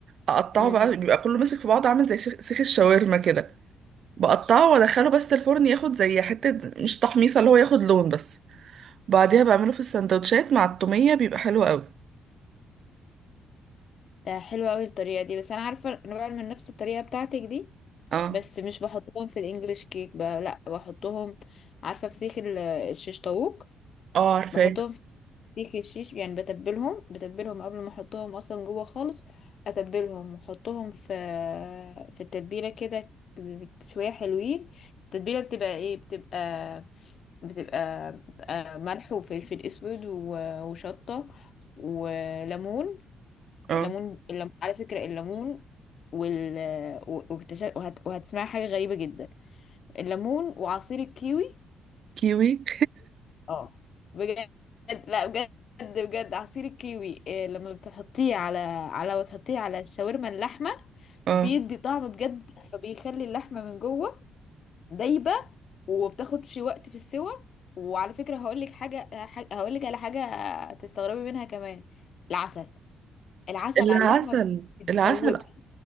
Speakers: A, on the right; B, on the left.
A: اقطعه
B: امم
A: بقى بيبقى كله ماسك في بعضه عامل زي شيخ سيخ الشاورما كده بقطعه وادخله بس الفرن ياخد زي حتة مش تحميصة اللي هو ياخد لون بس بعديها بعمله في السندوتشات مع التومية بيبقى حلو قوي
B: ده حلو قوي الطريقه دي بس انا عارفه انا بعمل من نفس الطريقه بتاعتك دي
A: اه
B: بس مش بحطهم في الانجليش كيك بقى لا بحطهم عارفه في سيخ ال- الشيش طاووق
A: اه عارفاه
B: بحطهم في سيخ الشيش يعني بتبلهم بتبلهم قبل ما احطهم اصلا جوه خالص اتبلهم واحطهم في في التتبيله كده شويه حلوين التتبيله بتبقى ايه بتبقى بتبقى آه، ملح وفلفل اسود و- وشطه وليمون
A: اه
B: الليمون اللم... على فكرة الليمون وال و- واكتشف وهت... وهتسمع حاجة غريبة جدا الليمون وعصير الكيوي
A: كيوي
B: اه بجد لا بجد بجد عصير الكيوي إيه لما بتحطيه على على وتحطيه على الشاورما اللحمة
A: اه
B: بيدي طعم بجد فبيخلي اللحمة من جوه دايبة وبتاخدش وقت في السوى وعلى فكرة هقولك حاجة ح- هقولك على حاجة تستغربي منها كمان العسل العسل
A: العسل
B: على اللحمة بتدوبها
A: العسل